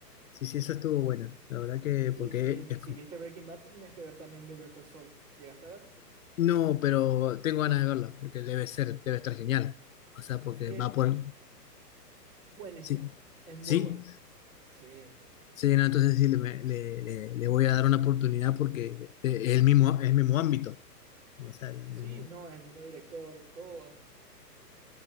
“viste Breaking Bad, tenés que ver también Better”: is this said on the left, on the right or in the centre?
Right